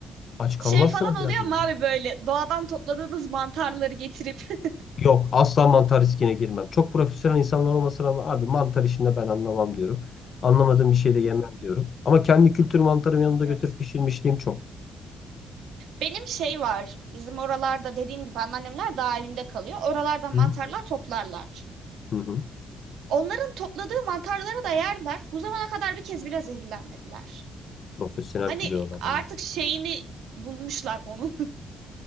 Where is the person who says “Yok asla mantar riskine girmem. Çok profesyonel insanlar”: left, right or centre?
Left